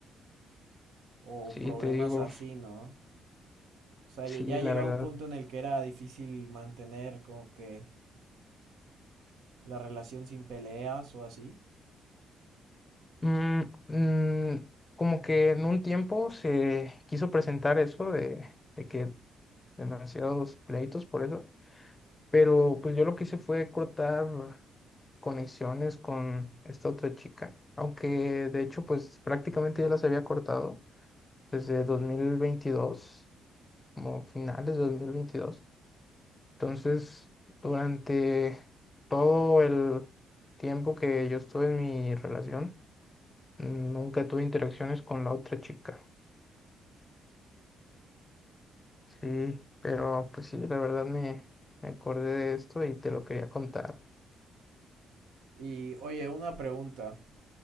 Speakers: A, on the right; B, on the left.
A: o
B: sí,
A: problemas
B: te digo,
A: así, ¿no? O sea,
B: sí,
A: ya ya
B: la
A: llegaba
B: verdad.
A: un punto en el que era difícil mantener como que la relación sin peleas o así.
B: Mm, mm, como que en un tiempo se quiso presentar eso de, de que demasiados pleitos por eso. Pero pues yo lo que hice fue cortar conexiones con esta otra chica. Aunque de hecho pues prácticamente ya las había cortado desde dos mil veintidós como finales de dos mil veintidós Entonces, durante todo el tiempo que yo estuve en mi relación, nunca tuve interacciones con la otra chica. Sí, pero pues sí, la verdad me, me acordé de esto y te lo quería contar.
A: Y oye, una pregunta.